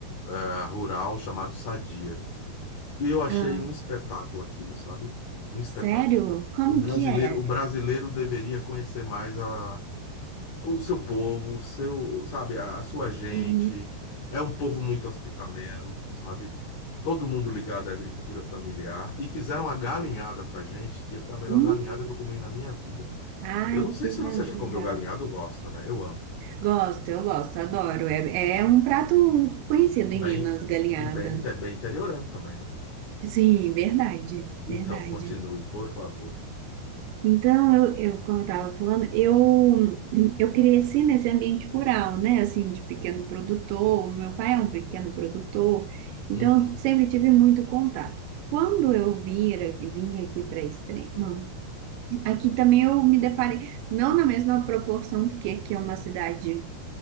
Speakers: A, on the left; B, on the right.
A: eh, rural chamado Sadia. E eu achei
B: ah,
A: um espetáculo aquilo, sabe? Um espetáculo.
B: sério? Como
A: O brasileiro,
B: que é?
A: o brasileiro deveria conhecer mais a, o seu povo, o seu, sabe, a, a sua gente.
B: Uhum.
A: É um povo muito hospitaleiro, sabe? Todo mundo ligado à agricultura familiar. E fizeram uma galinhada pra gente, que foi a melhor
B: Hum.
A: galinhada que eu comi na minha vida.
B: Ai,
A: Eu não sei
B: que
A: se você
B: va-
A: já comeu
B: legal.
A: galinhada ou gosta, né? Eu amo.
B: Gosto, eu gosto, adoro. É, é um prato conhecido
A: Bem,
B: em Minas, galinhada.
A: e bem, é bem interiorano também, né?
B: Sim, verdade,
A: Então,
B: verdade.
A: continue, por favor.
B: Então, eu, eu como eu estava falando, eu, <clears throat> eu cresci nesse ambiente rural, né? Assim, de pequeno produtor, o meu pai é um pequeno produtor, então
A: Uhum,
B: eu sempre tive muito contato. Quando eu vira, vim aqui para Extrema, aqui também eu me deparei, não na mesma proporção, porque aqui é uma cidade